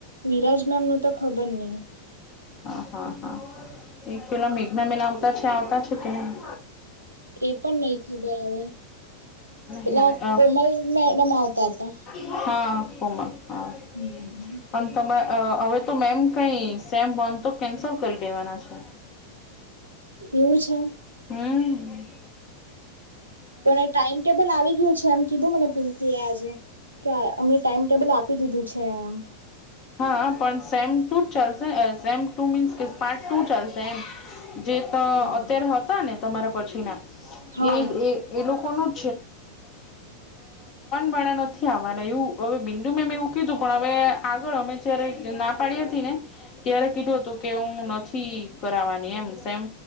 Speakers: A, on the right; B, on the left.
A: વિરાજ મેમ નું તો ખબર નહી.
B: હા હા હા એક પેલા મેઘનાબેન આવતા છે, આવતા છે કે ન.
A: એ પણ નહી ખબર અવે.
B: નહી
A: પેલા
B: હવે અ
A: કોમલ મેડમ આવતા હતા.
B: હા કોમલ હા
A: હમ
B: અને તમે હવે તો મેમ કઈ સેમ વંધ તો કેન્સલ કરી દેવાના છે.
A: એવું છે.
B: હમ.
A: પણ ટાઈમ ટેબલ આવી ગયું છે એમ. કીધું મને પિંકી એ આજે, કે અમને ટાઈમટેબલ આપી દીધું છે એમ.
B: હા પણ સેમ ટુ જ ચાલશે સેમ ટુ મીન્સ કે પાર્ટ ટુ ચાલશે એમ. જે
A: હા
B: અત્યારે હતા ને તમારા પછી ના,
A: હા
B: એ એ લોકો વનું ભણા નથી આવાના એ હવે બિંદુ મે મે એવું કીધું. પણ હવે આગળ અમે જયારે ના પાડી હતી ને, ત્યારે કીધું હતું કે હું નથી કરવાની એમે એમ